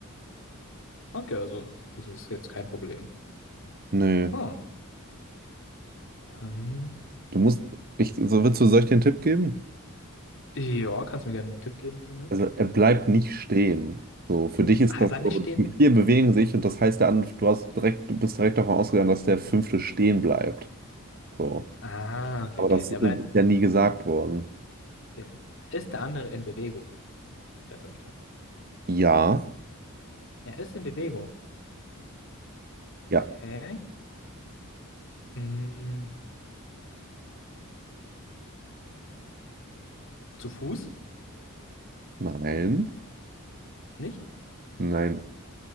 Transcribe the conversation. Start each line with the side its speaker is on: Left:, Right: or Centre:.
Left: okay, also, das ist jetzt kein Problem.
Right: nee.
Left: Ah, dann.
Right: Du musst, ich, so, willst du, soll ich dir einen Tipp geben?
Left: Ja, kannst du mir gerne einen Tipp geben schon mal?
Right: Also er bleibt nicht stehen. So, für dich ist
Left: Ach,
Right: das
Left: er bleibt
Right: so,
Left: nicht stehen?
Right: die vier bewegen sich und das heißt, der andere, du hast direkt, du bist direkt davon ausgegangen, dass der fünfte stehen bleibt. So.
Left: Ah, okay,
Right: Aber
Left: okay.
Right: das
Left: Der
Right: äh,
Left: bleibt.
Right: ist ja nie gesagt worden.
Left: Okay. Ist der andere in Bewegung? Der fünfte.
Right: Ja,
Left: Er ist in Bewegung.
Right: ja,
Left: Okay. Mm, Zu Fuß?
Right: nein,
Left: Nicht?
Right: nein,